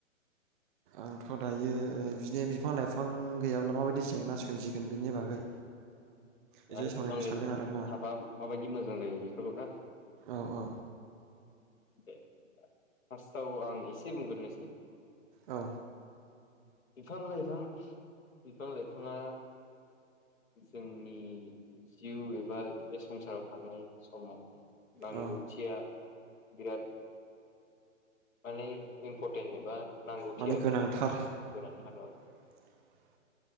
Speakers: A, on the right (about 40°); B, on the left (about 75°).
A: आंथ' दायो बिदिनो बिफां लाइफां गैयाब्ला माबायदि जेंना सोमजिगोन बेनि बागै एसे
B: आरो
A: सावरायनो
B: बिफां लाइफां
A: सानदों आरोना
B: थाफा माबायदि मोजां जायो बेफोरखौ ना
A: औ औ
B: दे फार्स्टआव आं एसे बुंग्रोनोसै
A: औ
B: बिफां लाइफां बिफां लाइफाङा जोंनि जिउ एबा बे संसाराव थानाय समाव नांगौथिया
A: औ
B: बिराद माने इम्परटेन्ट एबा नांगौथि
A: माने
B: आरोना
A: गोनांथार
B: गोथार औ
A: <inaudible>